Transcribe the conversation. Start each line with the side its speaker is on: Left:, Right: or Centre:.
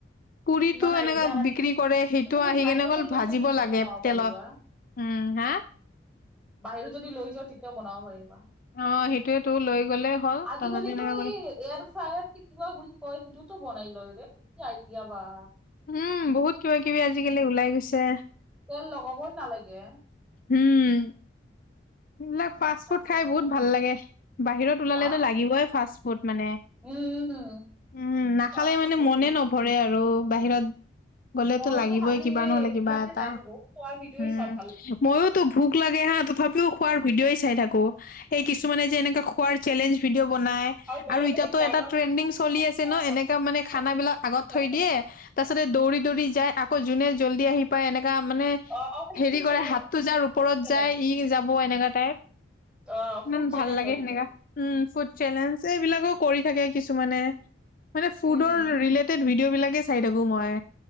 Left: পুৰিটো
Centre: ইমান আইডিয়া
Left: এনেকা
Centre: মানে
Left: বিক্ৰী কৰে সেইটো
Centre: তুমি যদি
Left: আহি
Centre: বাহিৰতো
Left: কেনে অকল
Centre: লৈ
Left: ভাজিব
Centre: যোৱা তেতিয়া
Left: লাগে
Centre: বনাব পাৰিবা
Left: তেলত। উম হা
Centre: বাহিৰত যদি লৈ যাওঁ তেতিয়াও বনাব পাৰিব
Left: অ সেইটোয়েতো লৈ গ'লে হ'ল
Centre: আজিকালিতো
Left: তাৰপাছতে এনেকা কৰি
Centre: এই এয়াৰ ফায়াৰ কিবা বুলি কয় সেইটোতো বনাই লয়ৰে কি আই দিয়াবা
Left: উম বহুত কিবা কিবি আজিকালি ওলাই গৈছে
Centre: তেল লগাবই নালাগে
Left: হুম সেবিলাক ফাষ্ট
Centre: মাথা
Left: ফুড
Centre: আছে
Left: খাই
Centre: সিহঁতৰ
Left: বহুত ভাল লাগে বাহিৰত ওলালেতো
Centre: আ
Left: লাগিবই ফাষ্ট ফুড মানে
Centre: উম
Left: উম নাখালে
Centre: ফাষ্ট ফুডটো
Left: মানে মনে
Centre: ভাল লাগে।
Left: নভৰে আৰু বাহিৰত গ'লেতো
Centre: মইতো
Left: লাগিবই
Centre: খালি
Left: কিবা
Centre: এই
Left: নহ'লে
Centre: এইবিলাকে
Left: কিবা এটা
Centre: চাই থাকো খোৱা ভিডিঅ'ই
Left: উম
Centre: চাই ভাল লাগে।
Left: ময়োতো ভোক লাগ হা তথাপিও খোৱাৰ ভিডিঅই চাই থাকোঁ মানে যে এনে খোৱাৰ
Centre: উম
Left: চেলেঞ্জ ভিডিঅ' বনাই
Centre: বেলেগ
Left: আৰু ইতাতো
Centre: বেলেগ জাগাত
Left: এটা ট্ৰেণ্ডিং
Centre: ইমান ধুনীয়া
Left: চলি
Centre: ধুনীয়া
Left: আছে ন এনেকা মানে
Centre: ফেমাচ
Left: খানা
Centre: ফেমাচ
Left: বিলাক
Centre: ফুডবিলাক
Left: আগত থৈ
Centre: পায়
Left: দিয়ে তাৰ পাছতে দৌৰি দৌৰি যায় আকৌ যোনে জল্দি আহি পায় এনেক একা মানে
Centre: অ অ সেইটো
Left: হেৰি
Centre: চেলেঞ্জ
Left: কৰে হাতটো যাৰ ওপৰত
Centre: ফুড চেলেঞ্জ
Left: যায় ই যাব এনেকা টাইপ
Centre: অ
Left: ইমান
Centre: ফুড চেলেঞ্জ
Left: ভাল লাগে
Centre: হয় এইটো
Left: সেনেকা উম ফু চেলেঞ্জ এইবিলাক কৰি থাকে কিছুে মানে ফুডৰ
Centre: উম
Left: ৰিলেটেড ভিডিঅ' সেই বিলাকে চাই থাকোঁ মই